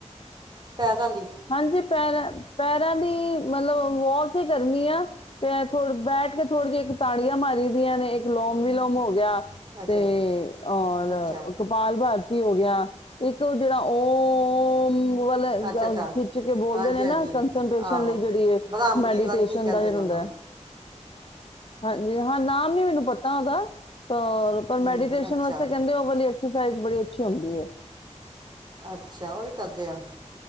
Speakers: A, on the right; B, on the left.
A: ਪੈਰਾਂ ਦੀ
B: ਹਾਂਜੀ ਪੈਰਾਂ ਪੈਰਾਂ ਦੀ ਮਤਲਬ ਵੋਕ ਹੀ ਕਰਨੀ ਆ ਤੇ ਥੋ ਬੈਠ ਕੇ ਥੋੜੇ ਜਿਹੀ ਇੱਕ ਤਾੜੀਆਂ ਮਾਰੀ ਦੀਆਂ ਨੇ ਇੱਕ ਲੋਮ ਵੀ ਲੋੋਮ ਹੋ ਗਿਆ
A: ਅੱਛਾ
B: ਤੇ ਔਰ
A: ਅੱਛਾ
B: ਕਪਾਲ ਭਾਰਤੀ ਹੋ ਗਿਆ ਇੱਕ ਜਿਹੜਾ ਓਮ ਵਾਲੇਗ
A: ਅੱਛਾ ਅੱਛਾ
B: ਖਿੱਚ ਕੇ ਬੋਲਦੇ
A: ਹਾਂਜੀ
B: ਨੇ ਨਾ
A: ਹਾਂਜੀ
B: ਕੰਸਨਟੇਸ਼ਨ
A: ਆਹੋ
B: ਲਈ ਜਿਹੜਾ
A: ਬਦਾਮ
B: ਮੈਡੀਟੇਸ਼ਨ
A: ਦੀ ਪਤਾ ਨਹੀਂ ਕੀ ਕਹਿੰਦੇ
B: ਦਾ ਜਿਹੜਾ
A: ਨੇ
B: ਹੁੰਦਾ
A: ਉਹਨੂੰ
B: ਹੈ ਹਾਂਜੀ ਹਾਂ ਨਾਮ ਨੀ ਮੈਨੂੰ ਪਤਾ <unintelligible> ਪਰ ਪਰ
A: ਹੂੰ
B: ਮੈਡੀਟੇਸ਼ਨ
A: ਅੱਛਾ
B: ਵਾਸਤੇ ਕਹਿੰਦੇ ਉਹ ਵਾਲੀ ਐਕਸਰਸਾਈਜ਼ ਬੜੀ ਅੱਛੀ ਹੁੰਦੀ ਹੈ
A: ਅੱਛਾ ਉਹ ਵੀ ਕਰਦੇ ਆ